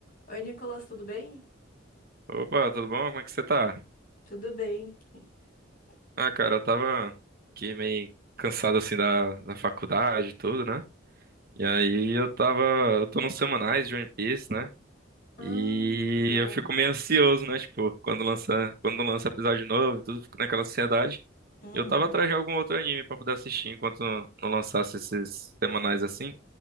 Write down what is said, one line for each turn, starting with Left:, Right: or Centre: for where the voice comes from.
Left: Oi, Nicolas, tudo bem?
Right: Opa, tudo bom? Como é que você tá?
Left: Tudo bem. <laughs>
Right: Ah, cara, eu tava aqui meio cansado assim da, da faculdade e tudo, né? E aí eu tava. Eu tô nos semanais de One Piece, né?
Left: Ah,
Right: E
Left: que legal.
Right: eu fico meio ansioso, né? Tipo, quando lança, quando lança episódio novo e tudo, fico naquela ansiedade.
Left: Uhum,
Right: E eu tava atrás de algum outro anime pra poder assistir enquanto não lançasse esses semanais assim.